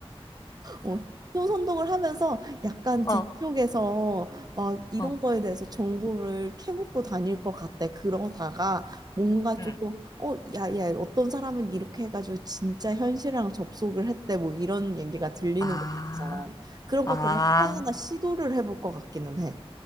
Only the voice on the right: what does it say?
어, 또 선동을 하면서 약간
뒤쪽에서 막 이런
거에 대해서 정보를 캐묻고 다닐 것 같아. 그러다가 뭔가
조금, 어, 야, 야, 어떤 사람은 이렇게 해가지고 진짜 현실이랑 접속을 했대. 뭐 이런 얘기가 들리는
것 같아서. 그런
것들을 하나하나 시도를 해볼 것 같기는 해.